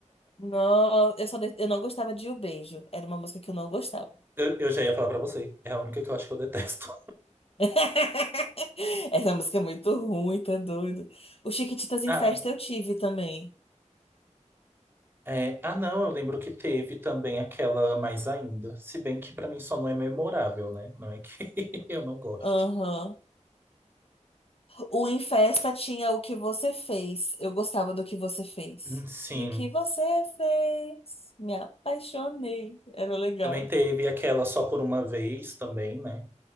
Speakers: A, on the left; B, on the right.
A: Nossa, eu só de- eu não gostava de O Beijo. Era uma música que eu não gostava.
B: Eu, eu já ia falar pra você. É a única que eu acho que eu detesto.
A: <laughs> Essa música é muito ruim, tá doido. O Chiquititas em
B: <laughs>
A: Festa eu tive também.
B: É, ah, não, eu lembro que teve também aquela mais ainda. Se bem que pra mim só não é memorável, né? Não é que <laughs> eu não goste.
A: Aham. O em festa tinha o que você fez. Eu gostava do que você fez.
B: Hum, Sim.
A: E o que você fez? Me apaixonei. Era legal.
B: Também teve aquela Só por uma vez também, né?